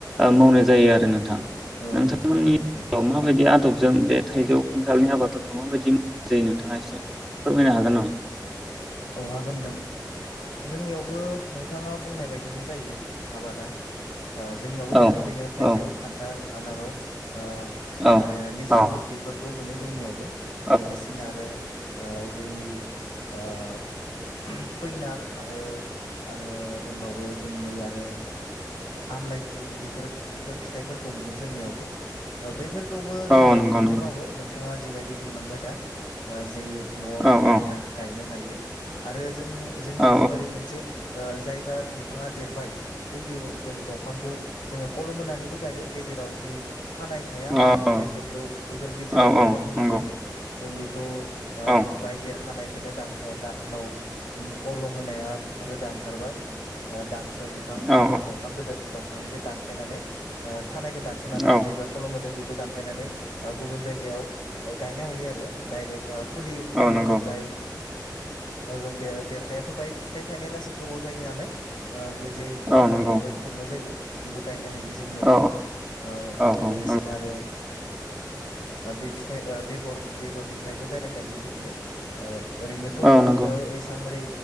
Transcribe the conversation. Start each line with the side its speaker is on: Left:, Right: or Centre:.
Centre: मावनाय जायो आरो नोंथां।
Left: औ
Centre: नोंथांमोननि जायगायाव
Left: दे
Centre: माबायदि आदब जों बे थाइजौ खान्थालनि आबादफोरखौ माबायदि जायो नोंथाङा एसे फोरमायनो हागोन नामा?
Left: औ हागोन नोंथां। जोंनियावबो नोंथाङा बुंनाय बायदिनो जायो आबादा ओ जोंनियावबो
Centre: औ
Left: मोनो बेनो थाइजौ,
Centre: औ
Left: खान्थाल, आनारस ओ
Centre: औ
Left: आरो लिसु
Centre: औ
Left: बेफोरखौ मोनो। जोंनियावबो।
Centre: औ
Left: लोगोसेनो आरो आ बै ओ फैनाल आरो आरो दंबावो जों नै आरो आमलाइखौ बिफोर-बिफोर फिथाइफोर खौ मोनो जोंनियावबो। ओ बैफोरखौबो जोंनिया
Centre: ओ औ नंगौ
Left: बिदिनो मावो नोंथाङा जिबायदि बुंलांबाय दा ओ जे न'आवनो
Centre: नंगौ औ औ
Left: गायना नो हायो आरो जोंनि जोंनिथिं
Centre: औ
Left: ओरै मोनसे ओ जायबा बिफाङा देरबाय बै <unintelligible> दंफांखौ जोङो खलम होनानै बो गायो गेजेराव जि थानाय थाया होमबा
Centre: औ
Left: बैफोरखौ बैफोर गेजेराव
Centre: औ
Left: खलम
Centre: औ
Left: होनानै
Centre: नंगौ
Left: जों बेखौ आ
Centre: औ
Left: बाय देर खानाय <unintelligible> उनाव उम खलम होनाया रोदा ओंखारबा ओ दान बिफां
Centre: औ
Left: मेइन दंफां गोदो दं फांनिफ्राय दानफायनानै ओ थानायखौ दानसनानै
Centre: औ
Left: जैबा खलम होदो बे दानफायनानै ओ गुबुन जायगायाव गायनो हायो आरो डाइरेक। ओ फुलि-फुलिनिफ्राय।
Centre: औ नंगौ
Left: ओ देर-देरनायाथ बायक फिथाइ थानाया लासै गोबाव जायो नालाय ओ जे कलम
Centre: औ नंगौ
Left: होनाया बे थबनो जायो। बिदिबो गाय नो हायो जोंनियावबो।
Centre: औ
Left: ओ
Centre: औ
Left: लोगोसेनो
Centre: औ
Left: आरो बे फिथाइ बेगर बेगरनिफ्रायबो डाइरेक्ट गायो बिदिनो। ओ ओरैनोथ
Centre: औ
Left: जोंनियाव
Centre: नंगौ
Left: एसां ओरै।